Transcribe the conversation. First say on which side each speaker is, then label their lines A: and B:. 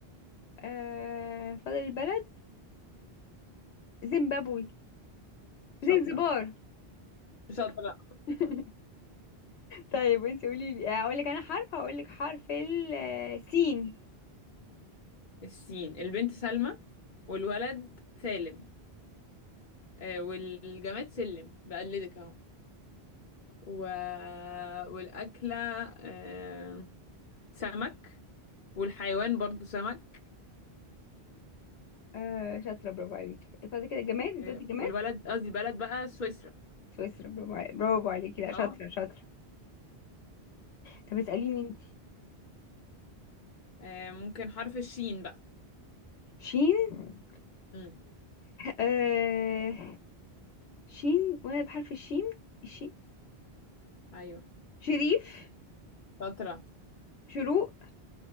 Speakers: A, on the left; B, on the left.
A: آه فاضل البلد زيمبابوي
B: شاطرة
A: زنزبار
B: شاطرة
A: <laughs> طيب انت قولي لي اقول لك انا حرف هقول لك حرف السين
B: السين البنت سلمى والولد سالم آه، والجماد سلم بقلدك اهو و... والأكلة آه، سمك والحيوان برضو سمك
A: آه شاطرة برافو عليكي فاضل كده الجماد انت
B: آه،
A: قلتي جماد
B: والبلد قصدي البلد بقى سويسرا
A: سويسرا برافو عليكي برافو عليكي لا
B: اهو
A: شاطرة شاطرة طب اسأليني انت
B: آه، ممكن حرف الشين بقى
A: شين
B: امم
A: آه شين وانا بحرف الشين الشين
B: ايوه
A: شريف
B: شاطرة
A: شروق